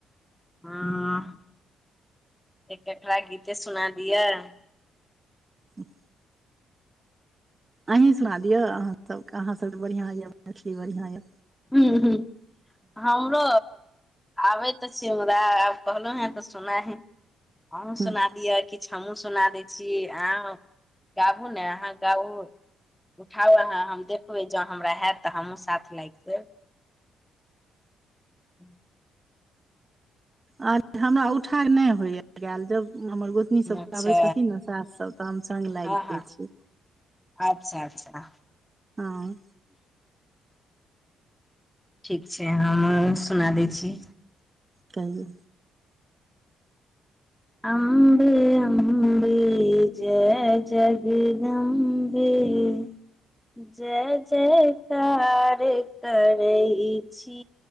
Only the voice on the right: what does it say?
<unintelligible> अहैं सुना दिअ अहाँसभके अहाँशब्द बढ़ियाँ यए मैथिली बढ़ियाँ यए।
हुँ
अ हमरा उठाल ने होया गाल जब हमर गोत नी सब
गाबे छथिन नऽ सास सब तऽ हम संग लाग
देय छीये।
हँ
कहू